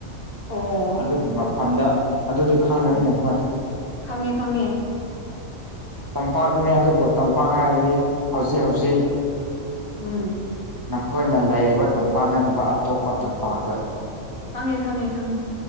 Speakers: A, on the left (about 45°); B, on the right (about 20°).
A: ꯑꯣ
B: ꯑꯗꯨꯒꯤ ꯃꯐꯝꯗ ꯑꯗꯨꯗꯤ ꯈꯪꯒꯅꯤ
A: ꯎꯝ
B: ꯅꯈꯣꯏ
A: ꯈꯪꯉꯦ ꯈꯪꯉꯦ
B: ꯇꯝꯄꯥꯛꯇꯅꯤ ꯑꯗꯨꯕꯨ ꯇꯝꯄꯥꯛ ꯍꯥꯏꯕꯗꯤ ꯍꯧꯖꯤꯛ ꯍꯧꯖꯤꯛ
A: ꯎꯝ
B: ꯅꯈꯣꯏꯅ ꯂꯩꯔꯤꯕ ꯇꯝꯄꯥꯛ ꯅꯠꯇꯕ ꯑꯇꯣꯞꯄ ꯇꯝꯄꯥꯛꯇ
A: ꯈꯪꯉꯦ ꯈꯪꯉꯦ ꯈꯪꯉꯦ